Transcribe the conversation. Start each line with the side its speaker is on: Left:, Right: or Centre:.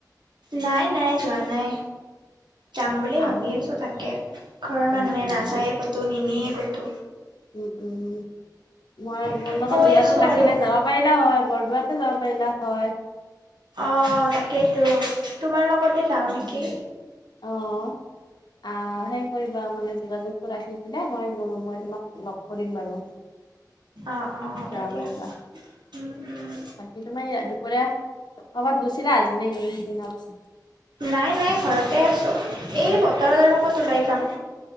Right: নাই নাই যোৱা নাই। যাম বুলি ভাবি
Left: আম
Right: আছোঁ তাকে ঘৰৰ
Left: উম
Right: মানুহে
Left: উম
Right: নাযায়ে ক'তো নিনিয়ে ক'তো।
Left: ওম ওমও। মই
Right: তাকে
Left: মোৰ লগত
Right: কৈ
Left: যোগাযোগ
Right: আছোঁ
Left: ৰাখিলে
Right: আৰু।
Left: যাব পাৰিলা হয় বৰদোৱাতে যাব পাৰিলা হয়।
Right: অ তাকেইতো তোমাৰ লগতে যাওঁ নেকি?
Left: অ আহ সেই কৰিবা মানে যোগাযোগ। ৰাখি পেলাই মই বো মই তোমাক লগ কৰিম বাৰু।
Right: অ অ হ'ব
Left: যাব
Right: দিয়া
Left: পাৰিবা
Right: উম উম।
Left: বাকী তোমাৰ এইয়া দুপৰীয়া ক'বাত গৈছিলা আজি নেকি দিনত?
Right: নাই নাই ঘৰতে আছোঁ, এই বতৰত আৰু কত ওলাই যাম।